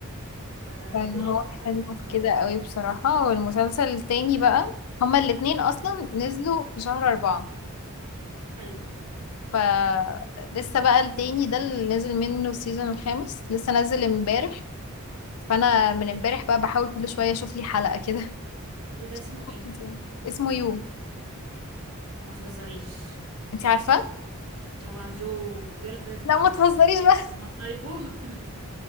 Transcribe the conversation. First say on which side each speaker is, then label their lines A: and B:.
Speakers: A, on the right; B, on the left.
A: فدي
B: فهو
A: الطف
B: حلو
A: حاجة الصراحة
B: في كده قوي بصراحة والمسلسل التاني بقى هما الاتنين أصلا نزلوا في شهر أربعة
A: حلو
B: فلسه بقى التاني ده اللي نزل منه السيزون الخامس لسه نزل امبارح فأنا من امبارح بقى بحاول كل شوية أشوف لي حلقة كده
A: وده اسمه
B: <laughs>
A: ايه
B: اسمه يو
A: ما تهزريش
B: انت عارفة؟
A: طبعا جو جيلبرت
B: لا ما
A: و...
B: تهزريش بقى
A: ومصايبه <laughs>